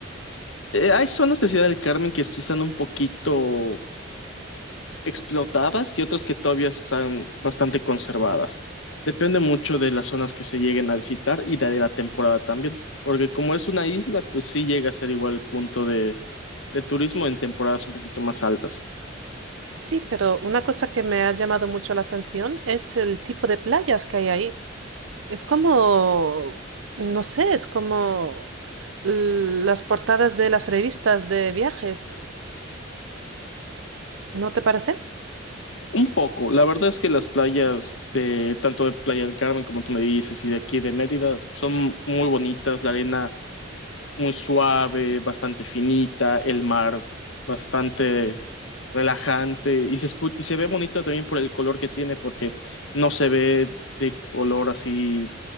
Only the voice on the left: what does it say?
Eh, hay zonas de Ciudad del Carmen que sí están un poquito explotadas y otras que todavía están bastante conservadas. Depende mucho de las zonas que se lleguen a visitar y de, de la temporada también, porque como es una isla, pues sí llega a ser igual punto de, de turismo en temporadas un poquito más altas.
Un poco, la verdad es que las playas de tanto de Playa del Carmen como tú me dices y de aquí de Mérida son muy bonitas, la arena muy suave, bastante finita, el mar bastante relajante y se escu- y se ve bonito también por el color que tiene porque no se ve de color así